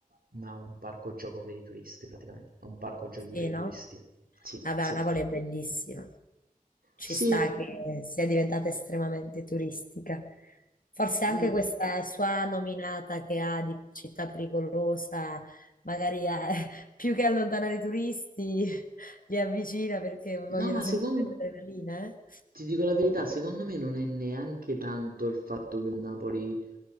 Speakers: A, on the right (about 80°); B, on the left (about 70°).
A: una un parco gioco per i turisti praticamente, è un parco giochi
B: Sì,
A: per i
B: no?
A: turisti. Sì,
B: Vabbè,
A: sì.
B: Napoli è bellissima. Ci
A: Sì.
B: sta che sia diventata estremamente turistica. Forse
A: Mm,
B: anche questa sua nominata che ha di città pericolosa, magari eh, <laughs> più che allontanare i turisti, <laughs> li avvicina perché vogliono
A: No, ma
B: sentire
A: secondo...
B: l'adrenalina, eh?
A: Ti dico la verità, secondo me non è neanche tanto il fatto che il Napoli